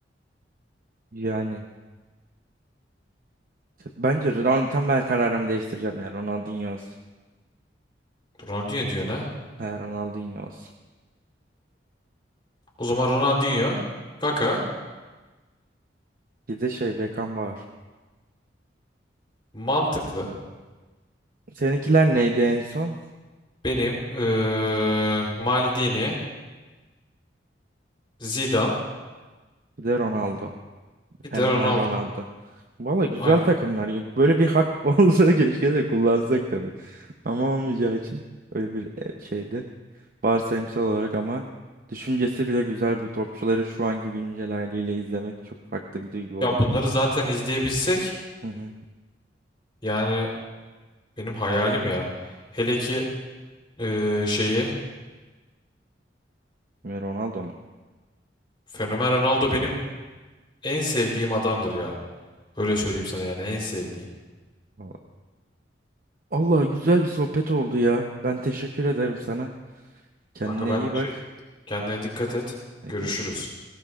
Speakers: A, on the right; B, on the left.
A: Yani bence Ron- tam ben kararımı değiştireceğim yani Ronaldinho olsun.
B: Ronaldinho diyor ne?
A: He, Ronaldinho olsun.
B: O zaman Ronaldinho, Kaka,
A: Bir de şey Beckenbauer.
B: mantıklı.
A: Seninkiler neydi en son?
B: Benim eee Maldini, Zidane,
A: Bir de Ronaldo.
B: bir
A: Fenomen
B: de Ronaldo.
A: Ronaldo. Valla güzel
B: Aynen.
A: takımlar. ya. Böyle bir hak <laughs> olsa keşke de kullansak tabii. Ama olmayacağı için öyle bir e, şeydi. Varsayımsal olarak ama düşüncesi bile güzel bu topçuları şu anki güncel haliyle izlemek çok farklı bir duygu olurdu.
B: Ya bunları zaten izleyebilsek
A: Hı hı.
B: yani benim hayalim ya. Hele ki e, şeyi
A: Ve Ronaldo mu?
B: Fenomen Ronaldo benim en sevdiğim adamdır ya. Öyle söyleyeyim sana yani en sevdiğim.
A: Valla. Allah güzel bir sohbet oldu ya. Ben teşekkür ederim sana. Kendine
B: Kanka ben
A: iyi
B: teşekkür.
A: bak.
B: Kendine dikkat et.
A: Hadi
B: Görüşürüz.
A: Görüşürüz.